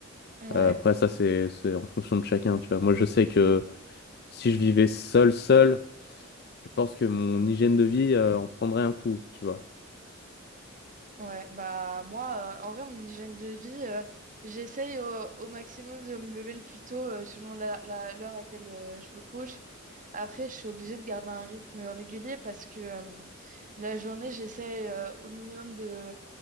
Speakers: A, on the right; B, on the left.
A: Ouais,
B: Euh, après, ça, c'est, c'est en fonction de chacun, tu vois. Moi, je sais que si je vivais seul, seul, je pense que mon hygiène de vie euh, en prendrait un coup, tu vois.
A: Ouais, bah moi, euh, en vrai, mon hygiène de vie, euh, j'essaye au, au maximum de me lever le plus tôt euh, selon la, la- l'heure à laquelle euh, je me couche. Après, je suis obligée de garder un rythme régulier parce que euh, la journée, j'essaye euh, au minimum de